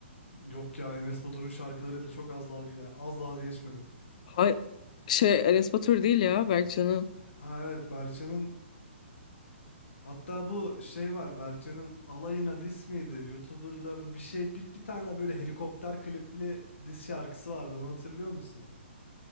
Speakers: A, on the left (about 75°); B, on the left (about 35°).
A: Yok ya Enes Batur'un şarkılarıyla çok az dalga yani az dalga geçmedim.
B: Hay şey Enes Batur değil ya Berkcan'ı.
A: Ha evet Berkcan'ın hatta bu şey var Berkcan'ın alayına diss miydi? YouTuber'ların bir şey bir, bir tane böyle helikopter klipli diss şarkısı vardı onu hatırlıyor musun?